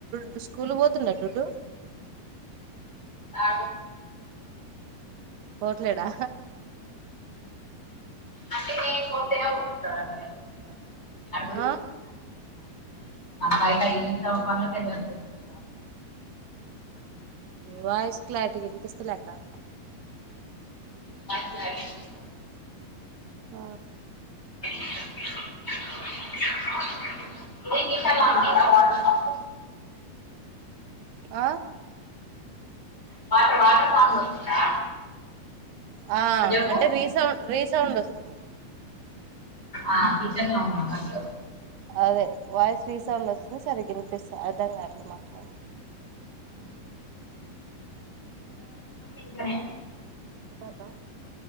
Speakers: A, on the right (about 80°); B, on the left (about 15°).
A: డు స్కూల్ పోతుండ డుడ్డు
B: ఆ
A: పోట్లేడా
B: అంట నేను పోతే పోతనన్నాడు <unintelligible>
A: ఆ
B: బయట ఈ తవ పనులకే సరిపోతుంది
A: వాయిస్ క్లారిటీగ ఇనిపిస్తలే అక్క
B: మాట్లాడింది ఇనిపిస్త
A: ఆ
B: అ <unintelligible> ఇది కిచెన్ లో ఉన్న కదా వాటర్ సౌండ్ వస్
A: ఆ
B: వాటర్ వాటర్ సౌండ్ వస్తుందా
A: ఆ
B: ఇప్పుడు చెప్పు
A: అంటే రీసౌండ్ రీసౌండ్ వస్తుంది
B: ఆ కిచన్ లో ఉన్నానా అప్పుడు
A: అదే వాయిస్ రీసౌండ్ వస్తుంది సరిగ్గినిపిస అర్థంగావట్లే మాట్లాడే
B: మ్మ్ ఇంకనే
A: ఇంకాక